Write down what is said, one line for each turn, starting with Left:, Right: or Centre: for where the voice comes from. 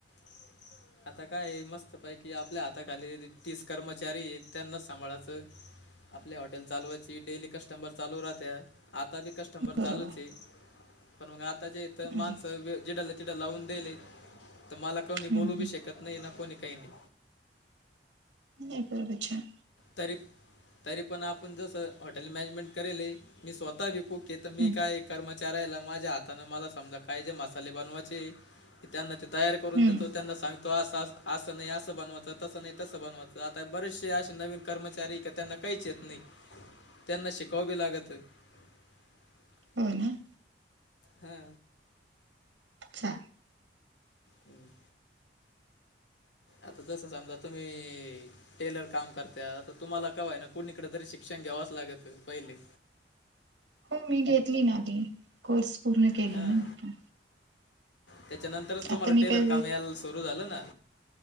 Left: <inaudible> आता काय मस्त पैकी आपल्या हाताखाली तीस कर्मचारी एत त्यांनाच सांभाळायचं. आपल्या हॉटेल चालूवायची डेली कस्टमर चालू राहतया. आता बी क स्टमर
Right: बरोबर
Left: चालू ए पण म आता जे हित
Right: अरे
Left: माणस जीडले तिडं लावून दिले तर मला कोणी
Right: हम्म
Left: बोलू
Right: हम्म
Left: बी शकत नाय ना कोणी काय नाय.
Right: हे केवढा छान.
Left: तरी तरी पण आपण जसं हॉटेल मॅनेजमेंट करेल मी स्वतः बी खूप तिथ मी
Right: हम्म
Left: काय कर्म चाऱ्याला माझ्या हातानं मला समजा काय जे मसाले बनवायचे त्यांना ते तयार करून
Right: हम्म
Left: देतो. त्यांना सांग तो -अस असं नाय असं बनवायच तसं नाय तसं बनवायचं आता बरेचसे अशे नवीन कर्मचारी इका त्यांना काहीच येत नाय. त्यांना शिकावं बी लागतं. <inaudible>
Right: हो ना.
Left: हा.
Right: चार
Left: हम्. आता तस समजा तुम्ही टेलर काम करत्या, आता तुम्हाला का व्हयना कुणीकडे तरी शिक्षण घ्यावाच लागत, पहिले
Right: हो मी घेतली ना आधी, कोर्स पूर्ण केला
Left: हां
Right: ना मी.
Left: त्याच्यानंतरच तुम्हाला
Right: आता मी
Left: टेलर
Right: काय
Left: काम यायला सुरू झालं ना?